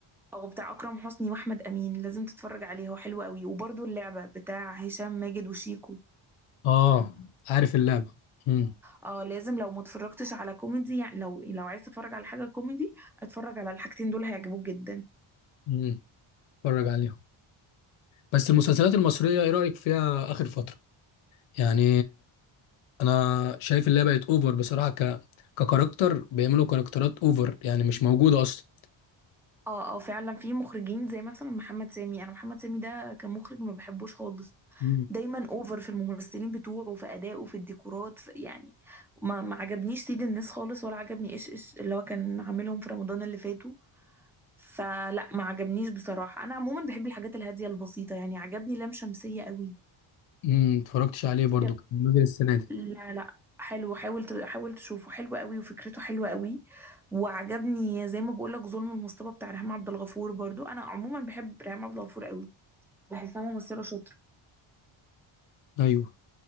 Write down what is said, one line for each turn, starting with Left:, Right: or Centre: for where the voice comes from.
Centre: او بتاع اكرم حسني واحمد امين لازم تتفرج عليه هو حلو قوي وبرده اللعبه بتاع هشام ماجد وشيكو
Left: اه عارف اللعبه امم
Centre: اه لازم لو ما اتفرجتش على كوميدي يعني لو لو عايز تتفرج على حاجه كوميدي اتفرج على الحاجتين دول هيعجبوك جدا
Left: امم اتفرج عليها بس المسلسلات المصريه ايه رايك فيها اخر فتره يعني انا شايف اللعبه بقت اوفر بصراحه ك ككاركتر بيعملوا كاركترات اوفر يعني مش موجوده اصلا
Centre: اه اه فعلا في مخرجين زي مثلا محمد سامي انا محمد سامي ده كمخرج ما بحبوش خالص
Left: امم
Centre: دايما اوفر في الممثلين بتوعه في ادائه في الديكورات في يعني ما, ما عجبنيش سيد الناس خالص ولا عجبني ايش ايش اللي هو كان عاملهم في رمضان اللي فات فلا ما عجبنيش بصراحة أنا عموما بحب الحاجات الهادية البسيطة يعني عجبني لام شمسية قوي
Left: امم اتفرجتش عليه برضو
Centre: طب
Left: كان نزل السنه دي
Centre: لا لا حلو حاول ت- حاول تشوفه حلو قوي وفكرته حلوة قوي وعجبني زي ما بقولك ظلم المصطبة بتاع ريهام عبد الغفور برضو أنا عموما بحب ريهام عبد الغفور قوي بحسها ممثلة شاطرة
Left: ايوه